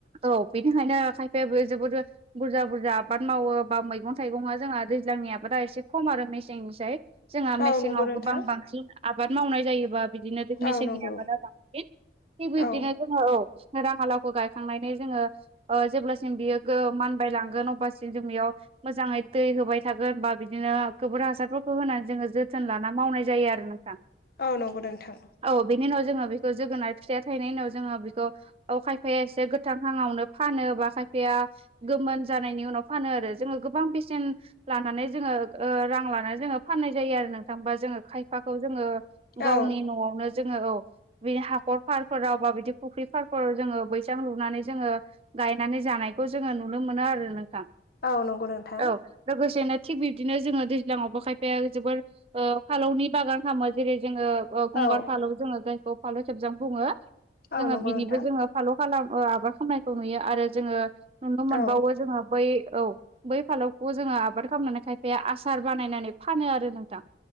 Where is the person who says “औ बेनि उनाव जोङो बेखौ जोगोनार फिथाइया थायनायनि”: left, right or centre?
Right